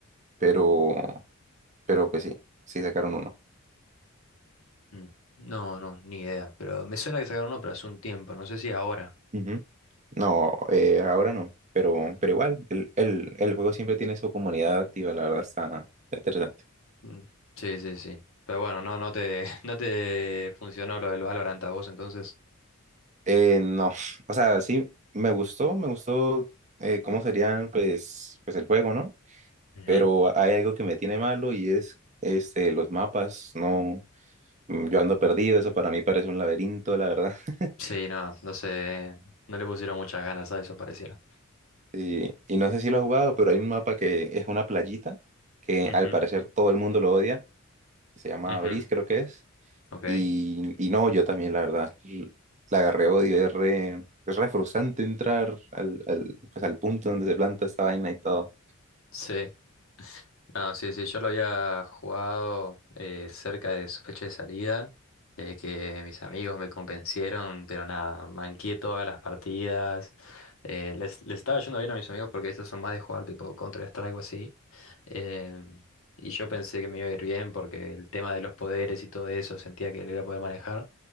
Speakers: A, on the right (about 35°); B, on the left (about 75°).
A: pero, pero que sí, sí sacaron uno.
B: Mm. No, no, ni idea. Pero me suena que sacaron uno, pero hace un tiempo, no sé si ahora.
A: Ujú. No, eh, ahora no, pero, pero igual, el, el, el juego siempre tiene su comunidad activa, la verdad está interesante.
B: Mm. Sí, sí, sí. Pero bueno, no, no te, <laughs> no te funcionó lo del Valorant a vos entonces.
A: Eh, no, <laughs> o sea, sí, me gustó, me gustó eh, cómo serían pues, pues el juego, ¿no?
B: Ujú.
A: Pero hay algo que me tiene malo y es este, los mapas, no, Mm, yo ando perdido, eso para mí parece un laberinto, la verdad. <laughs>
B: Sí, no, no sé, no le pusieron muchas ganas a eso, pareciera.
A: Sí, y no sé si lo has jugado, pero hay un mapa que es una playita que
B: Ujú.
A: al parecer todo el mundo lo odia, que se llama
B: Ujú,
A: Breeze, creo que es
B: Ok,
A: Y, y no, yo también, la verdad, l- la agarré odio, es re, es re frustrante entrar al, al, pues, al punto donde se planta esta vaina y todo.
B: sí. No, sí, sí, yo lo había jugado eh, cerca de su fecha de salida, eh, que mis amigos me convencieron, pero nada, manqué todas las partidas. eh, les, les estaba yendo bien a mis amigos porque ellos son más de jugar tipo Counter-Strike o así. em, y yo pensé que me iba a ir bien porque el tema de los poderes y todo eso sentía que lo iba a poder manejar,